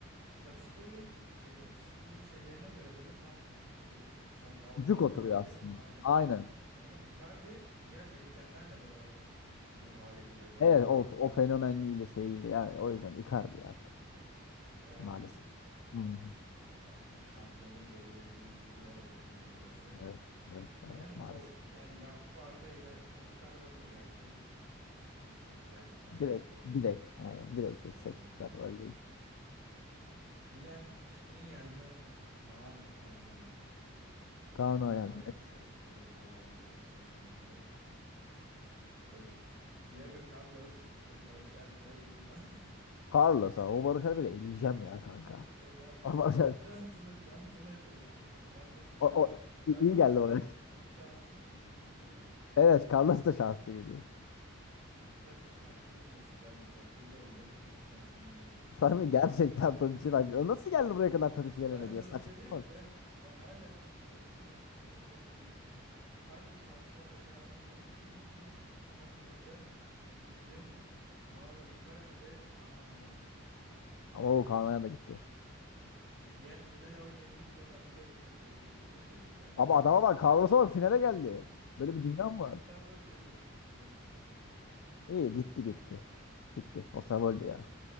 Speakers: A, on the right; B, on the left.
A: Tadiç böyle y- şey yakışıklılık şeylerine göre böyle tam böyle bir sanki altın
B: Cuk
A: oran
B: oturuyor
A: gibi
B: aslında.
A: aynen.
B: Aynen.
A: Ama Icardi diğer etkenlerle beraber çok büyük bir hale geliyor bence.
B: Evet o, o fenomenliğiyle şeyiyle yani o yüzden
A: Hı
B: Icardi
A: hı.
B: ya
A: Icardi
B: maalesef.
A: mi?
B: Hı hı.
A: Az çok şampiyonu belirlediğimiz bir yer oldu gibi burası.
B: Evet, evet, evet
A: Yani
B: maalesef.
A: kol, yani Yakup Arda ile Osterwolde geldi. Hiç çok şey yapmaya
B: Direkt
A: gerek yok.
B: direkt yani
A: Osterwolde.
B: direkt geçecekler böyle.
A: Milan Skriniar mı? Kaan Ayhan mı? Bu
B: Kaan
A: da bir
B: Ayhan
A: kolay,
B: net.
A: evet bu da kolay bir eşleşme oldu. Evet, Diego Carlos ve Barış Alper Yılmaz. <laughs>
B: Carlos abi. O Barış Alper'i eleyeceğim ya kanka.
A: Evet o zaten
B: O Barış Alper.
A: şansına şansına şey yaptı da Carlos da
B: O, o,
A: Carlos
B: iyi, iyi geldi
A: da
B: oraya.
A: çok şanslı bir şekilde gidiyor.
B: Evet Carlos da şanslı gidiyor.
A: İşte Tadic'in hakkını yiyorsun Carlos. Bak burada bile Tadic'in hakkını yiyorsun.
B: Sami gerçekten Tadiç'in hakkı. Nasıl geldi buraya kadar Tadiç gelemedi
A: Ben sana
B: ya? Saçma
A: söyleyeyim
B: bak.
A: ve ve hala Tadiç'in hakkını yeme şeyi böyle bir hala şanslı olmaya devam ediyor. Çünkü bir sonraki turda ki ikilim Mario Icardi ve Kaan Ayhan.
B: Ama o Kaan Ayhan da gitti.
A: Evet, diğer final oynayabilecek adamı da burada eliyor Icardi <laughs> galiba.
B: Ama adama
A: Bir-
B: bak Carlos'a bak finale geldi. Böyle bir dünya mı
A: Osterwolde
B: var?
A: ile kapışıyor yarı finalde.
B: İyi gitti gitti. Gitti. Osterwolde ya.